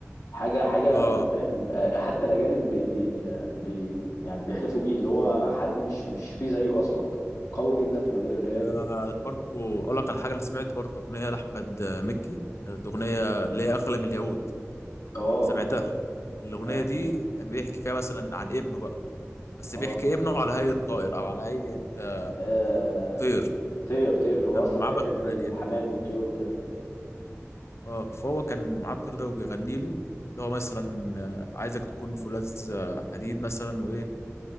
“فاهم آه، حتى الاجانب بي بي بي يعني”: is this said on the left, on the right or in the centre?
Left